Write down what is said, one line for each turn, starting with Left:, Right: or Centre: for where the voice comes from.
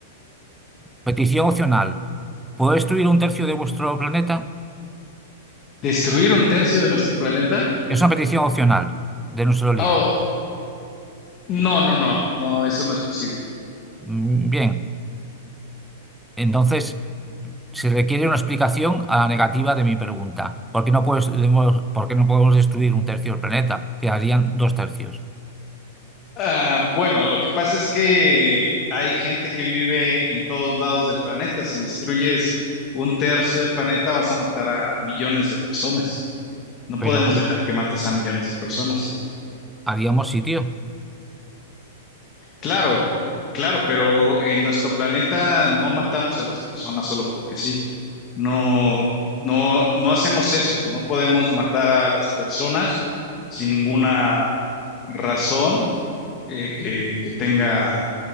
Centre: Petición opcional. ¿Puedo destruir un tercio de vuestro planeta?
Left: ¿Destruir un tercio de nuestro planeta?
Centre: Es una petición opcional de nuestro líder.
Left: Oh, no, no, no, no, eso no es posible.
Centre: Mm, Bien, entonces se requiere una explicación a la negativa de mi pregunta. ¿Por qué no puedes- debemos- por qué no podemos destruir un tercio del planeta? Quedarían dos tercios.
Left: Ah, bueno, lo que pasa es que hay gente que vive en todos lados del planeta. Si destruyes un tercio del planeta, vas a matar a millones de personas. No
Centre: Pero
Left: podemos dejar que mates a millones de personas.
Centre: haríamos sitio.
Left: Claro, o- claro, pero en nuestro planeta no matamos a las personas solo porque sí. No, no, no hacemos eso. No podemos matar a las personas sin ninguna razón eh, que, que tenga.